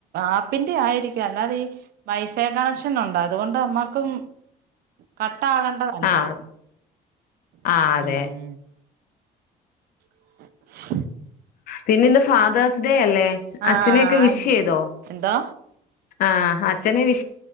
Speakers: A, on the right; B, on the left.
A: ആപ്പിന്റെ ആയിരിക്കും അല്ലാതെ ഈ വൈഫൈ കണക്ഷൻ ഉണ്ട് അതുകൊണ്ട് നമ്മക്കും ക്കും കട്ടാകണ്ടതല്ല
B: ആഹ് ആഹ് അതെ
A: ഉം <inaudible>
B: പിന്നെ ഇന്ത് ഫാദേസ്ഴ്സ് ഡേ അല്ലേ
A: ആഹ്
B: അച്ഛനെക്കെ
A: ആയിരുന്നു
B: വിഷ് ചെയ്തോ
A: എന്തോ
B: ആഹ് അച്ഛനെ വി